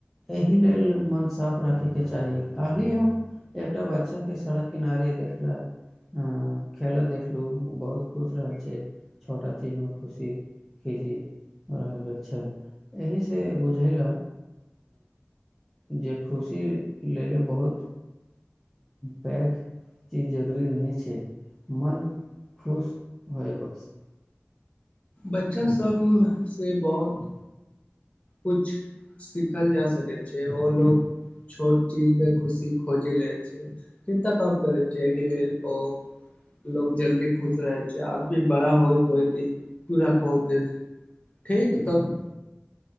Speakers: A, in the centre; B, on the left.
A: एहि लेल मोन साफ राखैके च चाही कालहि हम एकटा बच्चा के सड़क किनारे देखलक अ खेलऽ देखलहु बहुत खुश रहल छै छोटा चीजमे खुशी कि जी रहल अछि एहीसँ बुझेल जे खुशी लेले बहुत पैघ चीज जरूरी नहि छै मन खुश होय बस
B: बच्चा सभसँ बहुत किछ सिखल जा सकैत छै ओ लोक छोट चीजमे खुशी खोजे ले छै चिन्ता काम करैत छै एहि लेल ओ लोग जल्दी खुश रहे छै अब भी बड़ा होइत होयत बिवाह करैत अछि ठीक तब